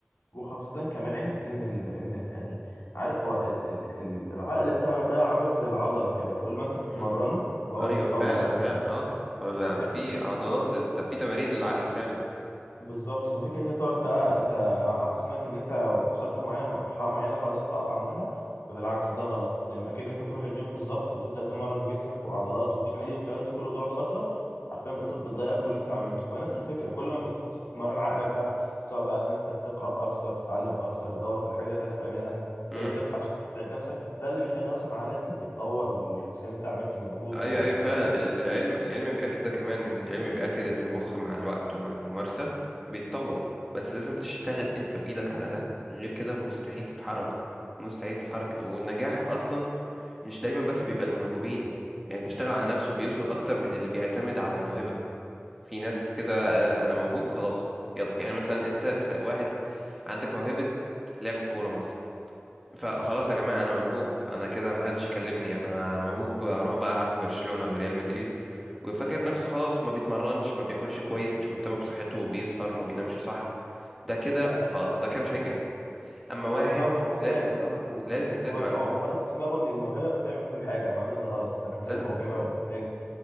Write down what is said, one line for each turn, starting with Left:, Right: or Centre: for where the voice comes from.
Left: وخاصة كمان إن ال... إن يعني عارف هو ال... ال... ال- العقل بتاعنا ده عامل زي العضلة كده كل ما أنت بتمرنه
Centre: مم.
Left: هو
Centre: ايوه
Left: بيتطور
Centre: فعلا
Left: أكتر
Centre: فعلا اه ولا
Left: ففكرة
Centre: في
Left: إن
Centre: عضلات
Left: أنت تقعد
Centre: لل... في تمارين للعقل فعلا
Left: بالظبط ففكره ان انت تقعد بقى انت حاطط في دماغك ان انت وصلت معينه مرحله معينه خلاص هتقف عندها فبالعكس ده غلط زي ما اكن انت بتروح الجيم بالظبط وتبدا تمرن جسمك والعضلات وتشيل حديد والكلام ده كله وتقعد فتره حرفيا بت- بتضيع كل اللي انت عملته فنفس الفكره كل ما بتمرن عقلك بقى سواء بقى ان انت تقرا اكتر تتعلم اكتر تدور في الحاجه اللي انت عايز تعملها
Centre: مم.
Left: ت- تبحث وتتعب نفسك ده اللي بيخلي اصلا عقلك يتطور ويحس ان انت عملت مجهود
Centre: ايوه
Left: و... و...
Centre: ايوه فعلا ال- العلم العلم بيأكد ده كمان يعني العلم بيأكد ان المخ مع الوقت ومع الممارسة بيتطور بس لازم تشتغل انت بإيدك على ده غير كده مستحيل تتحرك مستحيل تتحرك والنجاح اصلا مش دايما بس بيبقى للموهوبين يعني بيشتغل على نفسه بيوصل اكتر من اللي بيعتمد على الموهبة في ناس كده آه، انا موهوب خلاص يلا يعني مثلا انت تخ- واحد عندك موهبة لعب الكورة مثلا فخلاص يا جماعة انا موهوب انا كده محدش يكلمني انا موهوب اروح بقى العب في برشلونة ولا ريال مدريد ويفكر نفسه خلاص ما بيتمرنش ما بياكلش كويس مش مهتم بصحته بيسهر ما بينامش صح ده كده خ- ده كده مش هينجح اما
Left: بالظبط
Centre: واحد
Left: ما هو ده
Centre: لازم
Left: يعني
Centre: اه
Left: ما
Centre: لازم لازم
Left: هو لا،
Centre: أم...
Left: هو حاطط في دماغه ان الموهبه بتعمل كل حاجه مع ان ده غلط انت محتاج
Centre: لا
Left: موهبه
Centre: أم...
Left: ومحتاج